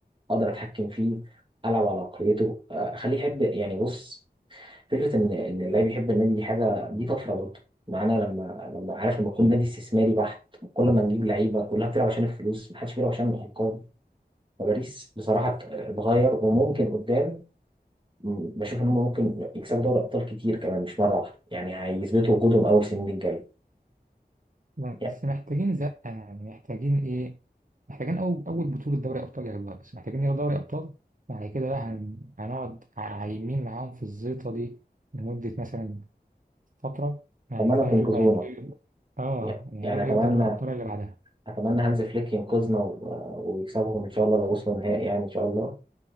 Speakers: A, on the right; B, on the right.
A: اقدر اتحكم فيه العب على عقليته آه، اخليه يحب يعني بص فكره ان ان اللاعب يحب النادي دي حاجه دي طفره برضه معانا لما لما عارف لما يكون نادي استثماري بحت كل ما نجيب لعيبه كلها بتلعب عشان الفلوس محدش بيلعب عشان الالقاب فباريس بصراحه ات- اتغير وممكن قدام م، بشوف ان هم ممكن يكسبوا دوري ابطال كتير كمان مش مره واحده يعني هيثبتوا وجودهم اول سنين الجايه
B: بس
A: يعني
B: محتاجين زقة يعني محتاجين ايه محتاجين أول أول بطولة دوري أبطال ياخدوها بس محتاجين ياخدوا دوري أبطال بعد كده بقى هن- هنقعد عايمين معاهم في الزيطة دي لمدة مثلا فترة يعني
A: اتمنى
B: كده
A: تنقذونا
B: هنشوف هيعملوا ايه اه
A: يعني
B: هيعملوا
A: يعني اتمنى
B: ايه في دوري الأبطال اللي بعدها
A: اتمنى هانز فليك ينقذنا و- ويكسبهم ان شاء الله لو وصلوا النهائي يعني ان شاء الله